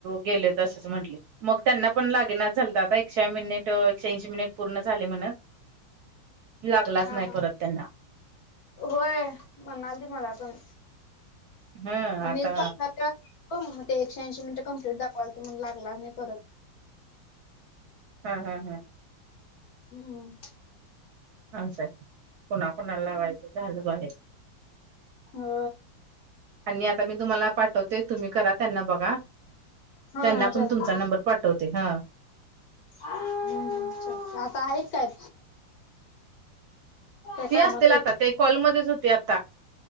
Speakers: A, on the right (about 70°); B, on the left (about 60°).
A: गेले असं म्हट मग त्यांना पण लागेनाच झालं तर आता एकशे मिनिट एकशे ऐंशी मिनिट पूर्ण झाले म्हणत लागलाच
B: हा
A: नाही
B: हा
A: परत त्यांना
B: होय म्हणाल त मला पण
A: हं
B: मममीच
A: आता
B: प हो मग ते एकश ऐंशी मिनट कं्प्लीट दाखवायलंो मून लागला नाही परत
A: हा हा हा.
B: हम्म.
A: असं आहे कुणाकुणा लावायचं झालं बाहेर.
B: हो.
A: आणि आता मी तुम्हाला पाठवते तुम्ही करा त्यांना बघा
B: हा
A: त्यांना
B: हा
A: पण
B: चालतंय
A: तुमचा नंबर
B: की
A: पाठवते हा.
B: हम्म आता आहेत काय? काय
A: फ्री
B: कामात
A: असतील
B: आहेत
A: आता ते कॉलमध्येध्येच होते आता